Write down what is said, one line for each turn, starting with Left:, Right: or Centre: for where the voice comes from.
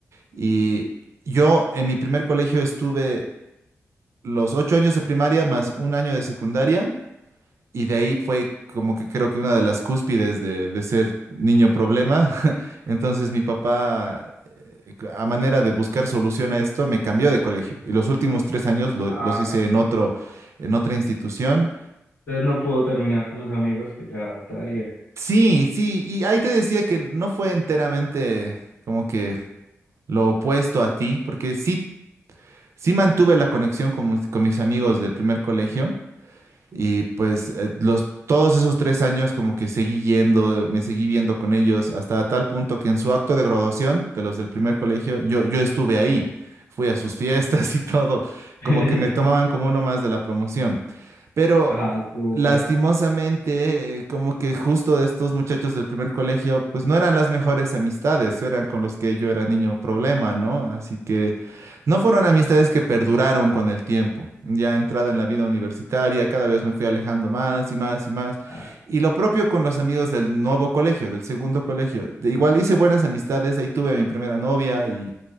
Right: Y yo en mi primer colegio estuve los 8 años de primaria más un año de secundaria Y de ahí fue como que creo que una de las cúspides de, de ser niño problema. <laughs> Entonces mi papá, eh, a manera de buscar solución a esto, me cambió de colegio. Y los últimos tres años lo-
Left: Ah,
Right: los hice en otro, en otra institución.
Left: entonces no pudo terminar con los amigos que ya traía.
Right: Sí, sí, y ahí te decía que no fue enteramente como que lo opuesto a ti, porque sí, sí mantuve la conexión con, mis- con mis amigos del primer colegio Y pues eh, los, todos esos tres años como que seguí yendo, me seguí viendo con ellos, hasta tal punto que en su acto de graduación de los del primer colegio, yo, yo estuve ahí, fui a sus fiestas <laughs> y todo,
Left: <laughs>
Right: como que me tomaban como uno más de la promoción. Pero
Left: Ah, súper.
Right: lastimosamente, eh, como que justo de estos muchachos del primer colegio, pues no eran las mejores amistades, eran con los que yo era niño problema, ¿no? Así que no fueron amistades que perduraron con el tiempo. Ya entrado en la vida universitaria, cada vez me fui alejando más y más y más.
Left: Ah,
Right: Y lo propio con los amigos del nuevo colegio, del segundo colegio. De- igual hice buenas amistades, ahí tuve a mi primera novia y,